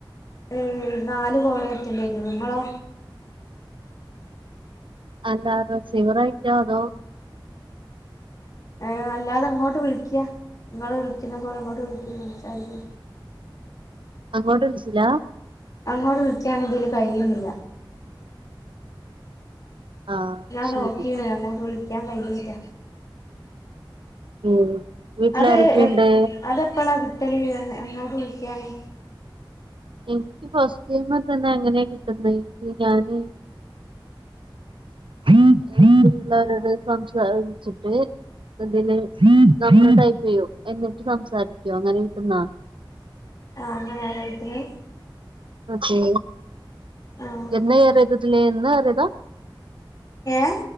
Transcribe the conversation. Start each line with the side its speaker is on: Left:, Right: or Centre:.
Left: ഏഹ് നാല് കോള് അറ്റൻഡ് ചെയ്തണു നിങ്ങളോ?
Right: അല്ല റസീവർ ആയിറ്റാ ആതോ
Left: ഏ അല്ലതെങ്ങോട്ട് വിളിക്ക നിങ്ങൾ വിളിക്കുന്ന പോലെ അങ്ങോട്ട് വിളിക്ക സംസാരിക്ക
Right: അങ്ങോട്ട് വിളിച്ചില്ലാ
Left: അങ്ങോട് വിളിക്കാൻ ഇതില് കഴിയുന്നില്ല
Right: ആഹ്
Left: ഞാൻ
Right: ശരി
Left: നോകീണ് അങ്ങോട്ട് വിളിക്കാൻ കഴിഞ്ഞില്ല
Right: ഉം വീട്ടിലാരൊക്കെയുണ്ട്
Left: അത് എ അത് എപ്പളാ കിട്ടല് അങ്ങോട്ട് വിളിക്കാന്
Right: എനിക്ക് ഫസ്റ്റ് ടൈം തന്നെ അങ്ങനെ കിട്ടുന്നത് എനിക്ക് ഞാന് <unintelligible> ള്ളവരോട് സംസാരിച്ചിട്ട് ഇതില് നമ്മള് ടൈപ്പ് ചെയ്യും എന്നിട്ട് സംസാരിക്കും അങ്ങനെ കിട്ടുന്നാ
Left: ആ അങ്ങനെ വീട്ട്ല്
Right: അതെ,
Left: ആഹ്
Right: എന്ന് കേറിയതാ ഇതില് ഇന്ന് കേറിയതാ
Left: ഏഹ്